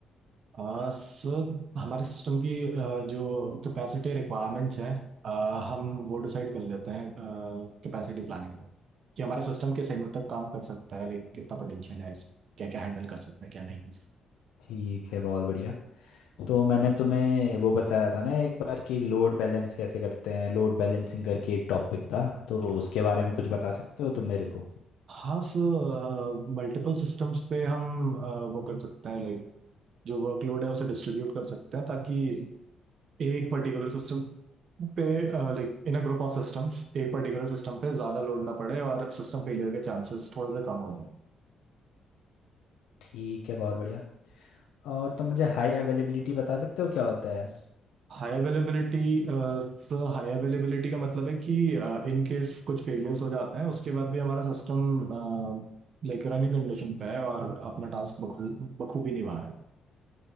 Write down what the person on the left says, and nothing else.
ठीक है बहुत बढ़िया तो मैंने तुम्हें वो बताया था ना एक बार कि लोड बैलेंस कैसे करते हैं लोड बैलेंसिंग करके एक टॉपिक था तो
उसके बारे में कुछ बता सकते हो तुम मेरे को
ठीक है बहुत बढ़िया और तुम मुझे हाई अवेलेबिलिटी बता सकते हो क्या होता है